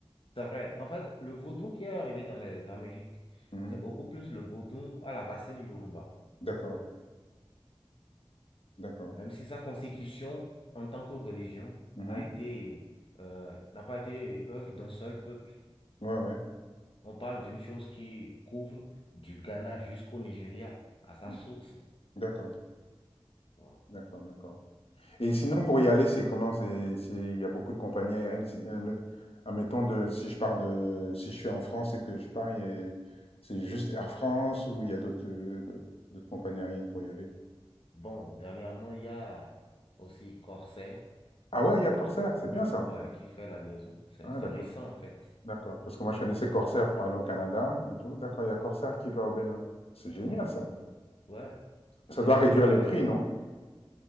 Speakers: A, on the left; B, on the left.
A: C'est vrai. En fait, le vaudou qui est arrivé dans les Amériques,
B: Mhm.
A: c'est beaucoup plus le vaudou à la racine Yoruba.
B: D'accord, d'accord.
A: même si sa constitution en tant que religion
B: Mhm.
A: a été, euh, n'a pas été œuvre d'un seul peuple.
B: Ouais, ouais.
A: On parle d'une chose qui couvre du Ghana jusqu'au Nigeria, à sa
B: Mhm.
A: source.
B: D'accord,
A: tu vois.
B: d'accord, d'accord. Et sinon,
A: Ouais.
B: pour y aller, c'est comment? C'est, c'est, il y a beaucoup de compagnies aériennes. Si- admet- Admettons de, si je pars de, si je suis en France et que je pars, il y a- c'est juste Air France ou il y a d'autres, euh, d'autres d'autres compagnies aériennes pour y aller.
A: Bon, dernièrement, il y a aussi Corsair
B: Ah ouais, il y a Corsair,
A: qui,
B: c'est bien ça.
A: ouais, qui fait la liaison. C'est,
B: Ah,
A: c'est
B: d'accord,
A: récent, en fait.
B: d'accord. Parce que moi, je connaissais Corsair pour aller au Canada et tout. D'accord, il y a Corsair qui va au Bénin. C'est génial
A: Oui,
B: ça.
A: ouais, c'est
B: Ça doit
A: déjà
B: réduire
A: pas
B: les
A: mal.
B: prix, non?